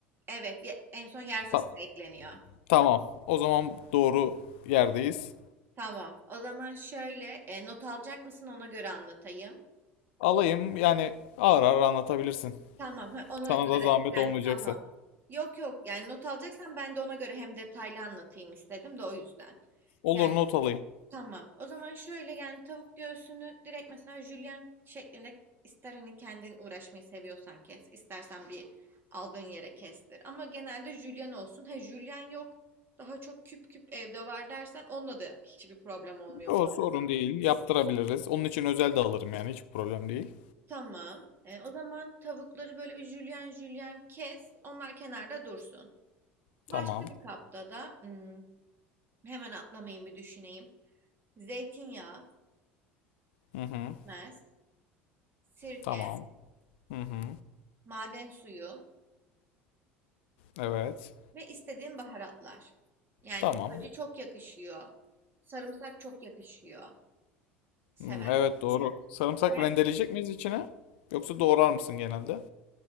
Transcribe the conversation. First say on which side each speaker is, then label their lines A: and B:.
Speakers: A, on the right; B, on the left.
A: Evet ye- en son yer fıstığı
B: Ta-
A: ekleniyor.
B: tamam. O zaman doğru yerdeyiz.
A: Tamam. O zaman şöyle e, not alacak mısın ona göre anlatayım.
B: Alayım. Yani ağır ağır anlatabilirsin.
A: Tamam. ha, Ona
B: Sana
A: göre
B: da zahmet
A: yani
B: olmayacaksa.
A: tamam. Yok yok yani not alacaksan ben de ona göre hem detaylı anlatayım istedim de o yüzden.
B: Olur
A: yani.
B: not alayım.
A: Tamam. O zaman şöyle yani tavuk göğsünü direkt mesela jülyen şeklinde ister hani kendin uğraşmayı seviyorsan kes, istersen bir aldığın yere kestir. Ama genelde jülyen olsun. Ha jülyen yok, daha çok küp küp evde var dersen onunla da hiçbir problem olmuyor
B: O
A: bu arada.
B: sorun değil. Yaptırabiliriz. Onun için özel de alırım yani. Hiç problem değil.
A: Tamam. E, o zaman tavukları böyle bir jülyen jülyen kes. Onlar kenarda dursun.
B: Tamam.
A: Başka bir kapta da hmm, hemen atlamayayım bir düşüneyim. Zeytinyağı,
B: Hı hı.
A: pekmez, sirke,
B: Tamam. Hı hı.
A: maden suyu.
B: Evet.
A: ve istediğin baharatlar. Yani
B: Tamam.
A: acı çok yakışıyor. Sarımsak çok yakışıyor. Seversen
B: Hı, evet doğru.
A: eğer.
B: Sarımsak
A: Ve
B: rendeleyecek miyiz içine? Yoksa doğrar mısın genelde?